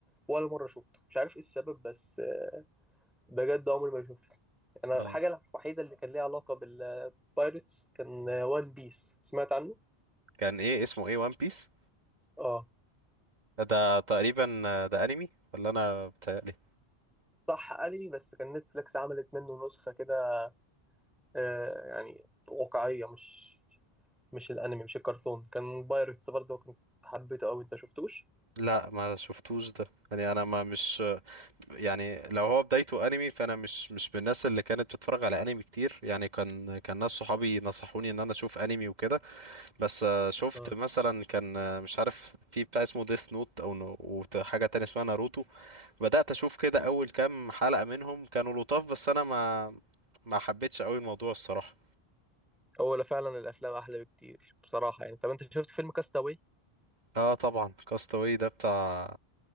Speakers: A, in the centre; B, on the right.
A: ولا مره شفته مش عارف ايه السبب بس بجد عمري ما شفته انا
B: اه
A: الحاجه الوحيده اللي كان ليها علاقه بالبايرتس كان وان بيس سمعت عنه
B: كان ايه اسمه ايه وان بيس
A: اه
B: ده تقريبا ده انمي ولا انا بتهيألي
A: صح انمي بس كان نتفليكس عملت منه نسخه كده آه يعني واقعيه مش مش الانمي مش الكرتون كان بايرتس برضه كنت حبيته قوي انت شفتوش
B: لا ما شفتوش ده يعني انا ما مش يعني لو هو بدايته انمي فانا مش مش من الناس اللي كانت بتتفرج على انمي كتير يعني كان كان ناس صحابي نصحوني ان انا اشوف انمي وكده بس آه، شفت
A: آه.
B: مثلا كان آه، مش عارف في بتاع اسمه ديث نوت او نو- وت- حاجه تانية اسمها ناروتو بدات اشوف كده اول كام حلقه منهم كانوا لطاف بس انا ما ما حبيتش قوي الموضوع الصراحه
A: هو لا فعلا الافلام احلى بكتير بصراحه يعني طب انت شفت فيلم كاستاوي
B: اه طبعا كاستاوي ده بتاع